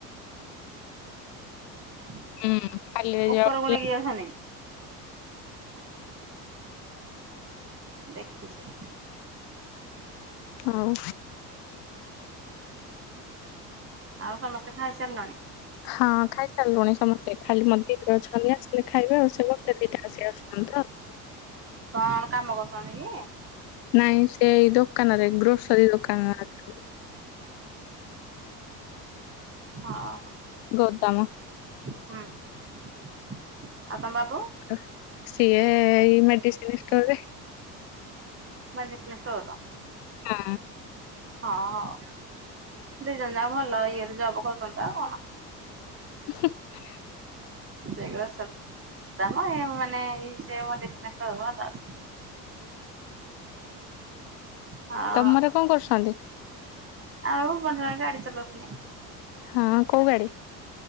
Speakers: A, on the right; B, on the left.
A: <unintelligible>
B: ହୁଁ ଖାଲିରେ
A: ଉପର
B: ଆଉ
A: ଗୁନେ ଏଛନେ ଦେଖିଛେ।
B: ଆଉ
A: ଆଉ ସମସ୍ତେ ଖାଇ ସାରିଲଣି?
B: ହଁ ଖାଇସାରିଲୁଣି ସମସ୍ତେ ଖାଲି ମନ୍ଦିରେ ଅଛନ୍ତି ଆସିଲେ ଖାଇବେ ଆଉ ସେେ ଦିଟା ଆସି ଆସନ୍ତ ତ <unintelligible>
A: କଣ କାମ କରୁଛନ୍ତି କି?
B: ନାଇଁ ସେଇ ଦୋକାନରେ ଗ୍ରୋସରୀ ଦୋକାନରେ ଅଛନ୍ତି।
A: ହଁ ହଉ।
B: ଗୋଦାମ।
A: ହୁଁ ଆଉ ତମ ବାବୁ?
B: ଅ ସିଏ ଏଇ ମେଡିସିନ୍ ଷ୍ଟୋରରେ।
A: Medicine store?
B: ହଁ
A: ହଁ ହଉ ଦିଜଣ ଯା ଭଲ ଇଏରେ ଜବ କରୁଛନ୍ତି। ଆଉ କଣ?
B: ନ <unintelligible>
A: ସେଇଗା ବାମ ମାନେ <unintelligible> ହଁ
B: ତମର କଣ କରୁଛନ୍ତି?
A: ଆଉ ପଞାବ ରେ ଗାଡି ଚଲଉଛୁନି।
B: ହଁ କୋଉ ଗାଡି?